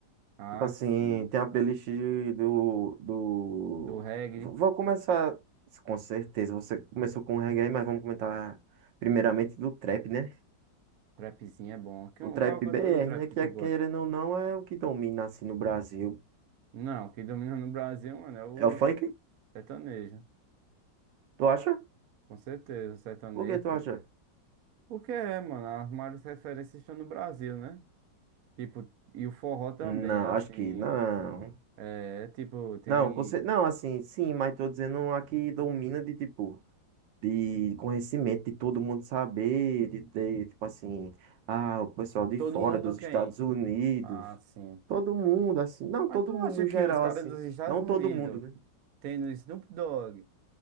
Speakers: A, on the right; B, on the right.
A: Ah,
B: Tipo assim,
A: sim.
B: tem a playlist do, do...
A: Do reggae,
B: Vou vou começar, com certeza, você começou com o reggae, mas vamos comentar primeiramente do trap, né?
A: trapzinho é bom. Quem-
B: O trap
A: Qual é o cantor
B: BR,
A: do trap
B: né?
A: que
B: Que
A: tu
B: é, querendo
A: gosta?
B: ou não, é o que domina assim no Brasil.
A: Não, o que domina no Brasil, mano, é o
B: É o funk?
A: serta- sertanejo.
B: Tu acha?
A: Com certeza, o sertanejo.
B: Por que tu
A: pô.
B: acha?
A: Porque é, mano, as maiores referências estão no Brasil, né? Tipo, e o forró também,
B: Não,
A: assim.
B: acho que não.
A: É, tipo, tem.
B: Não, com cer- não, assim, sim, mas tô dizendo a que domina de tipo. de conhecimento, de todo mundo saber, de ter, tipo assim, ah, o pessoal de
A: Todo
B: fora,
A: mundo
B: dos
A: quem?
B: Estados Unidos,
A: Ah, sim.
B: todo mundo, assim, não,
A: Mas
B: todo
A: tu
B: mundo
A: acha
B: no
A: que
B: geral,
A: os caras
B: assim,
A: dos Estados
B: não
A: Unidos,
B: todo mundo, né?
A: tendo Snoop Dogg,